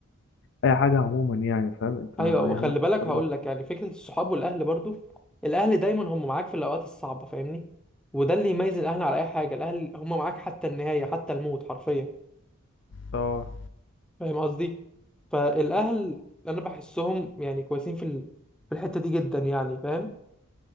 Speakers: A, on the left; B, in the centre.
A: اي حاجه عموما يعني فاهم انت
B: ايوه وخلي
A: اي حاجه بتحصل
B: بالك هقول
A: لك
B: لك يعني فكره الصحاب والاهل برضو الاهل دايما هم معاك في الاوقات الصعبه فاهمني وده اللي يميز الاهل على اي حاجه الاهل هم معاك حتى النهايه حتى الموت حرفيا
A: اه
B: فاهم قصدي فالاهل انا بحسهم يعني كويسين في ال... في الحته دي جدا يعني فاهم